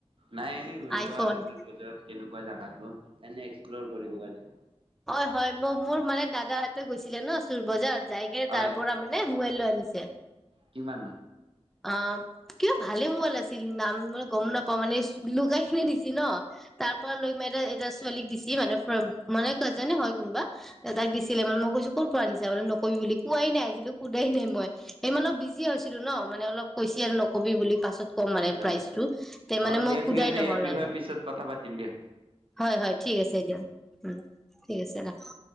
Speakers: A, on the right; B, in the centre.
A: নাই এনেই ঘূৰিব
B: আইফোন?
A: কাৰণে চোৰ বজাৰত কেনেকুৱা জাগাটো তেনে এক্সপ্লৰ কৰিব কাৰণে।
B: অ হয় মই মোৰ মানে দাদাহঁতে গৈছিলে ন চুৰ বজাৰ। যাই কি
A: হয়
B: তাৰ পৰা মানে মোবাইল লৈ আনিছে।
A: কিমান
B: অ কিয় ভালে মোবাইল আছিল নাম মানে গম নাপ মানে লুকাই খিনি দিছি ন তাৰ পৰা লৈ মাই এ এটা ছোৱালীক দিছি মানে মানে কাজেনে হয় কোনবা। তাইক দিছিলে মানে মই কৈছো, ক'ৰ পৰা আনিছা মানে নকবি বুলি কোৱাই নাই আজিলো সোধাই নাই মই অলপ বিজি হৈছিলো ন মানে অলপ কৈছি আৰু নকবি বুলি পাছত। কম মানে
A: অ
B: প্ৰাইচটো তে
A: অ
B: মানে
A: দিয়া
B: মই সোধাই
A: ঠিক আছে
B: নহল
A: ইয়াৰ বিষয়ে
B: আৰু।
A: পিছত কথা পাতিম দিয়া।
B: হয়-হয় ঠিক আছে দিয়া। উম। ঠিক আছে ৰাখা।